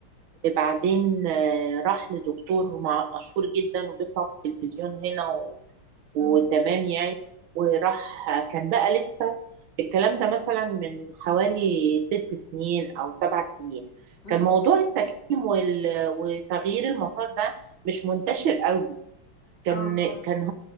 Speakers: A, on the right; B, on the left.
A: بعدين آه، راح لدكتور مع- مشهور جدا وبيطلع في التلفزيون هنا و- وتمام
B: مم.
A: يعني وراح كان بقى لسه الكلام ده مثلا من حوالي ست سنين أو سبع سنين
B: مم.
A: كان موضوع التكميم وال- وتغيير المسار ده مش منتشر قوي كان
B: اه اه
A: كان